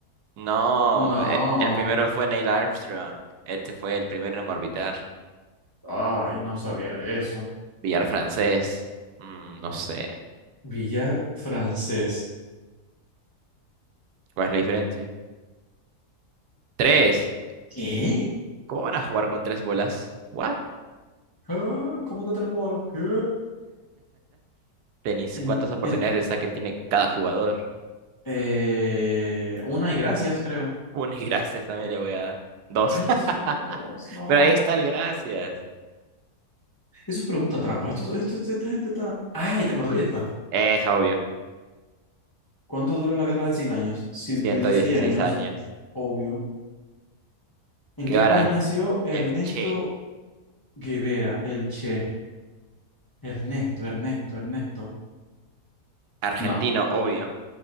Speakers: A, on the right; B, on the left.
A: No,
B: No.
A: e- el primero fue Neil Armstrong. Este fue el primero en orbitar.
B: Ay, no sabía eso.
A: Billar francés. mm, no sé.
B: Billar francés.
A: ¿Cuál es la diferencia? Tres.
B: ¿Qué?
A: ¿Cómo van a jugar con tres bolas? ¿What?
B: ¿Qué? ¿Cómo que tres bolas? ¿Qué?
A: Tenis.
B: En,
A: ¿Cuántas oportunidades
B: en-
A: de saque tiene cada jugador? <laughs>
B: eh, una y gracias, creo.
A: Una y gracias también le voy a dar. Dos.
B: Ay, son dos.
A: <laughs>
B: No.
A: Pero ahí está el gracias.
B: Eso es pregunta trampa. Esto, esto- esta gente está. ¡Ay! Te acordé de esta.
A: Es obvio.
B: ¿Cuánto duró la guerra de 100 años? ciento
A: ciento
B: dieciséis
A: dieciséis
B: años,
A: años.
B: obvio. ¿En
A: Guevara,
B: qué país nació Ernesto
A: el Che.
B: Guevara, el Che? Ernesto, Ernesto, Ernesto.
A: Argentino,
B: No,
A: obvio.